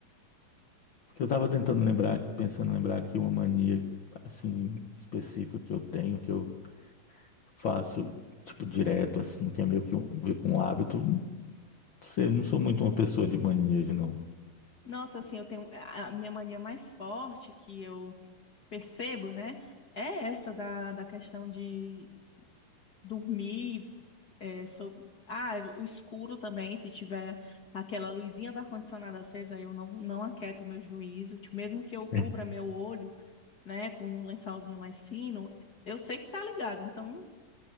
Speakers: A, on the left; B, on the left.
A: Porque eu estava tentando lembrar, pensando em lembrar aqui uma mania, assim, específica que eu tenho, que eu faço, tipo, direto, assim, que é meio que um, um hábito. Não sei, eu não sou muito uma pessoa de manias, não.
B: Nossa, assim, eu tenho a minha mania mais forte que eu percebo, né? É essa da, da questão de dormir, é, sob- ah, o escuro também, se tiver aquela luzinha do ar-condicionado acesa, eu não, não aquieto o meu juízo, tipo, mesmo que eu cubra
A: <laughs>
B: meu olho, né, com um lençolzinho mais fino, eu sei que tá ligado, então